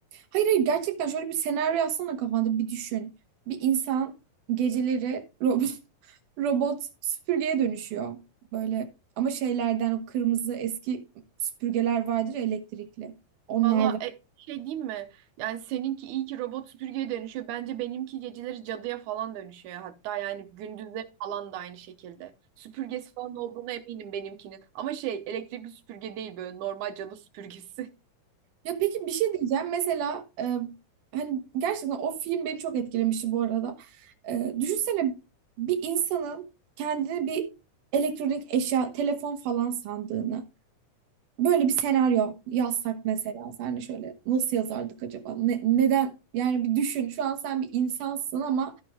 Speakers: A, on the right; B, on the right.
A: Hayır hayır gerçekten şöyle bir senaryo yazsana kafanda bir düşün. Bir insan geceleri robot, <laughs> robot süpürgeye dönüşüyor. Böyle ama şeylerden o kırmızı eski süpürgeler vardır ya, elektrikli. Onlardan.
B: Valla e, şey diyeyim mi? Yani seninki iyi ki robot süpürgeye dönüşüyor. Bence benimki geceleri cadıya falan dönüşüyor. Hatta yani gündüzleri falan da aynı şekilde. Süpürgesi falan olduğuna eminim benimkinin. Ama şey elektrikli süpürge değil böyle normal cadı süpürgesi.
A: Ya peki bir şey diyeceğim. Mesela e, hani gerçekten o film beni çok etkilemişti bu arada. E, düşünsene bir insanın kendini bir elektronik eşya, telefon falan sandığını. Böyle bir senaryo yazsak mesela sen şöyle nasıl yazardık acaba? Ne- neden? Yani bir düşün. Şu an sen bir insansın ama